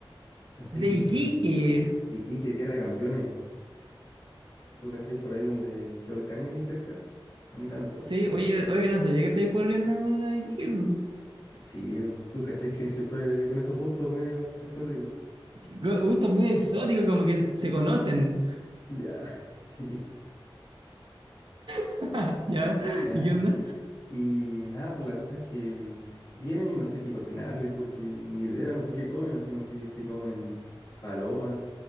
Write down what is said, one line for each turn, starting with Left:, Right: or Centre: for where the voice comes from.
Left: no sé
Right: De
Left: qué,
Right: Iquique.
Left: de Iquique, tierra de campeones. ¿Tú cachai por ahí donde quedó el Cangri cerca? O ni tanto por
Right: Sí,
Left: ahí.
Right: oye, oye, no sabía que estáis volviendo con una de Iquique. Gu-
Left: Sí, o- tú cachai que siempre con esos gustos medio exóticos.
Right: Gustos muy exóticos, como que se conocen.
Left: Ya, <laughs> sí.
Right: <laughs> ¿Ya?
Left: Ya,
Right: ¿Y qué onda?
Left: Y nada, pues la cosa es que vienen y no sé qué cocinarle, porque ni idea, no sé qué comen, así no sé si comen palomas